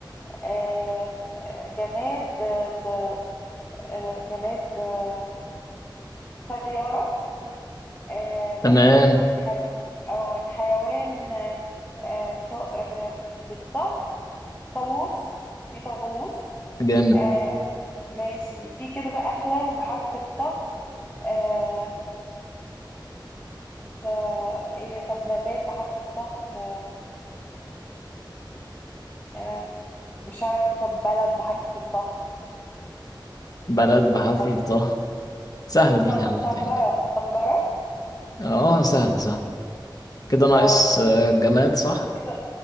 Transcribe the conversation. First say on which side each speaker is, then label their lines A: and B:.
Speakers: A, on the left (about 25°); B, on the left (about 50°).
A: آه، جماد آه، ط- آه، جماد آه، طيارة آه،
B: تمام
A: مثلا الحي... أو الحيوان آه، آه، ط- آه، بالطه طاووس في طاووس
B: جامد
A: آه ماشي في كده أكلة بحرف الطه آه ت... إيه طب نبات بحرف الطه ت... آه مش عارفة طب بلد بحرف الطه
B: بلد بحرف
A: آه
B: الطاء سهلة دي
A: ط-
B: سهلة
A: طنجرة
B: يعني
A: طنجرة
B: اه سهلة سهلة كده ناقص
A: اه
B: آه، جماد صح
A: كده